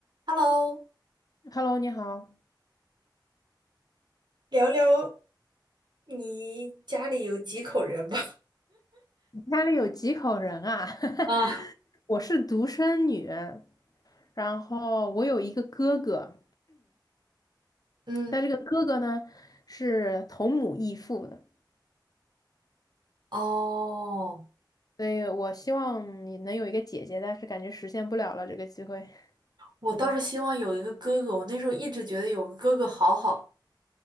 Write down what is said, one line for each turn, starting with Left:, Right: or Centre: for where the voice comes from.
Right: Hello，
Left: Hello，你好，
Right: 聊聊你家里有几口人吧？
Left: 你家里有几口人啊？
Right: <laughs> 啊，
Left: <laughs> 我是独生女，然后我有一个哥哥，
Right: 嗯，
Left: 但这个哥哥呢是同母异父的，
Right: 哦，
Left: 所以我希望你能有一个姐姐，但是感觉实现不了了这个机会，
Right: 我倒是希望有一个哥哥，
Left: 对，
Right: 我那时候一直觉得有个哥哥好好。